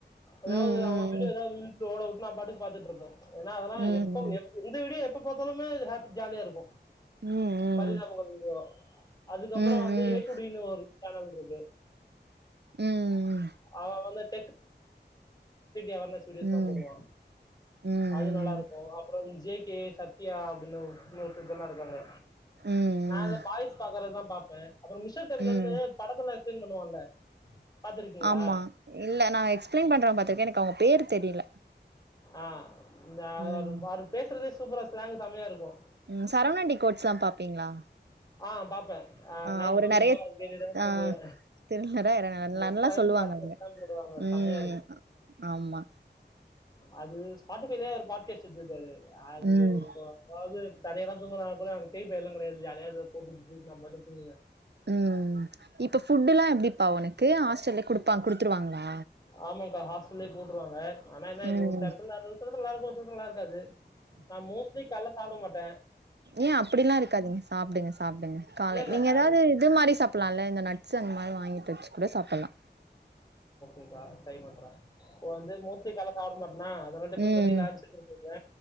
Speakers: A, on the left (about 20°); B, on the right (about 70°).
A: அதாவது
B: ம்
A: அவுங்க வீடியோஎதாவது ஓடவுட் நா பாட்டுக்கு பாத்துட்டு இருப்பேன் ஏன்னா அதெல்லா
B: ம் ம்
A: எப்ப எந்த வீடியோ எப்ப பாத்த எப்பொதுமே ஹாப்பி ஜாலியா இருக்கு
B: ம் ம்
A: பரிதாபங்கள் வீடியோ அதுக்கப்புற
B: ம்
A: வந்து ஏட்டுடீனு ஒரு ச்சேனல் இருக்கு
B: ம் ம்
A: அவ வந்து <unintelligible> அவனஸ் வீடியோஸ்
B: ம் ம்
A: தான் போடுவான்
B: ம் ம் ம் ம்
A: அது நல்லா இருக்கும் அப்புறம் ஜேக்க கே சத்யா அப்டின்னு இன்னொரு பீபில்லாம் இருக்காங்க
B: ம் ம் ம்
A: நாங்க பாய்ஸ் பாக்குறதுதான் பாப் இப்ப அப்புற மிஷல் தமிலருந்து
B: ம்
A: படத்துல பண்ணுவான்ல பாத்திருக்கீங்களா
B: ஆமா இல்ல நான் எக்ஸ்பிளைன் பண்ற பாத்துருக்கே எனக்கு அவுங்க பேர் தெரில
A: ஆஹ் அந்த
B: ம்
A: அவர் பேசுறதே சூப்பரா ஸ்லாங் செமையா இருக்கும்
B: ம் சரவணண்டி கோட்ஸான் பாப்பீங்களா
A: ஆ பாப்பே ஆஹ்
B: ஆ
A: நைட்டு
B: அவரு
A: தூங்கும்போது
B: நெறைய
A: அது கேட்டுட்டேதா
B: ஆ
A: தூங்குவே
B: திருநற
A: இந்த
B: நல்லா
A: க்ரைம்
B: சொல்லுவாங்க
A: <unintelligible>
B: அவங்க
A: போடுவாங்க
B: ம்
A: செமையா இருக்கு
B: ஆமா
A: அது ஸ்பாட்டிஃபைலயே அவரு பாட்காஸ்ட் வச்சிருக்காரு அது
B: ம்
A: <unintelligible> அதாவ்து தனியாதா தூங்கறா போல எனக்கு பேய் பயோ எல்லா கெடையாது ஜாலியா எதோ போட்டுவிட்டுட்டு நா பாட்டுக்கு தூங்குவே
B: ம் இப்ப ஃபுட்டு் எல்லா எப்டிப்பா உனக்கு ஹாஸ்டல்லயே குடுப்பா குடுத்துருவாங்களா
A: ஆமாக்கா ஹாஸ்டல்லயே போ ட்ருவாங்க ஆனா என்ன இங்க
B: ம்
A: <unintelligible> நல்லா இருக்கு <unintelligible> நல்லா இரு க்காது நா மோஸ்ட்லி கால்ல சாப்ட மாட்டே
B: ஏன் அப்பிடிலா இருக்காதீங்க சாப்டுங்க சாப்டுங்க காலை
A: இல்ல இல்ல
B: நீங்க ஏதாவது
A: அது
B: இது மாரி சாப்டலா இல்ல இந்த நட்ஸு அந்த மாரி வாங்கிட்டு வச்சு கூட சாப்டலா
A: ங்க்கா ட்ரை பண்றே இப்ப வந்து மோஸ்ட்லி காலைல சாப்ட மாட்னா அதனால டிஃபன்
B: ம்
A: கட்டி லன்ச் எடுத்துட்டு போயிருவே